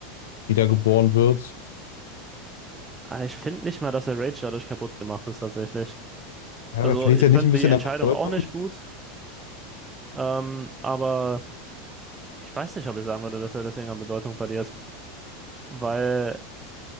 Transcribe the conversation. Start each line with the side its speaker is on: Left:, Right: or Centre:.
Left: wiedergeboren wird.
Right: Aber ich finde nicht mal, dass der Rage dadurch kaputt gemacht ist, tatsächlich.
Left: Ja,
Right: Also,
Left: aber verliert
Right: ich
Left: er
Right: fand
Left: nicht ein bisschen
Right: die Entscheidung
Left: an Bedeutung?
Right: auch nicht gut, ähm, aber ich weiß nicht, ob ich sagen würde, dass er deswegen an Bedeutung verliert. Weil